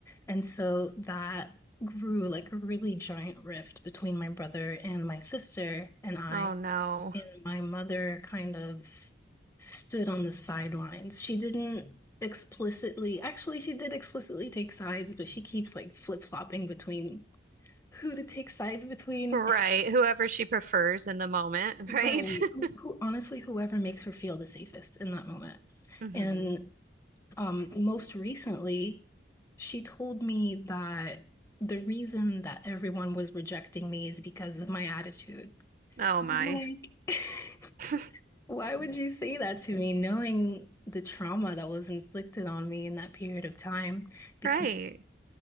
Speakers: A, on the left; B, on the right.
A: And so that grew like a really giant rift between my brother and my sister and I
B: Oh no.
A: and my mother kind of stood on the sidelines. She didn't explicitly, actually, she did explicitly take sides, but she keeps like flip-flopping between who to take sides between.
B: Right.
A: and-
B: Whoever she prefers in the moment,
A: Right.
B: right?
A: Who,
B: <laughs>
A: who honestly, whoever makes her feel the safest in that moment.
B: hmm
A: And um, most recently, she told me that the reason that everyone was rejecting me is because of my attitude.
B: Oh
A: And
B: my.
A: I'm like, <laughs>
B: <laughs>
A: Why would you say that to me, knowing the trauma that was inflicted on me in that period of time? Because
B: Right.